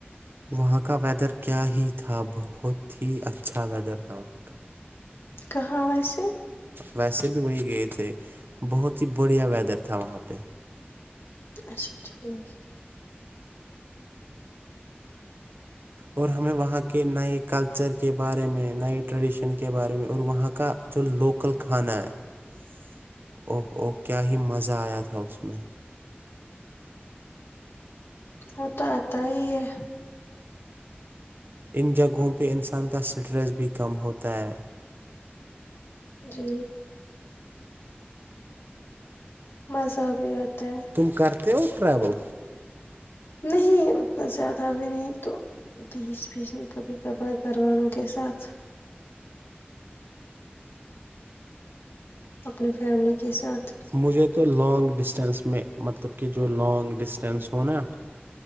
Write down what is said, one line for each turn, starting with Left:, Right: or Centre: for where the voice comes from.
Right: وہاں کا ویدر کیا ہی تھا بہت ہی اچھا ویدر تھا کا
Left: کہاں ویسے
Right: ویسے بھی وہی گئے تھے بہت ہی بڑھیا ویدر تھا وہاں پہ
Left: اچھا ٹھیک
Right: اور ہمیں وہاں کے نئے کلچر کے بارے میں نئے ٹریڈیشن کے بارے میں اور وہاں کا جو لوکل کھانا ہے او او کیا ہی مزہ آیا تھا اس میں
Left: وہ تو آتا ہی ہے
Right: ان جگہوں پہ انسان کا اسٹریس بھی کم ہوتا ہے
Left: جی مزہ بھی آتا ہے
Right: تم کرتے ہو ٹریول
Left: نہیں اتنا زیادہ ابھی نہیں تو پیس پیس میں کبھی کپار گھرواوں کے ساتھ اپنی فیملی کے ساتھ
Right: مجھے تو لانگ ڈسٹینس میں مطلب کہ جو لانگ ڈسٹینس ہوناا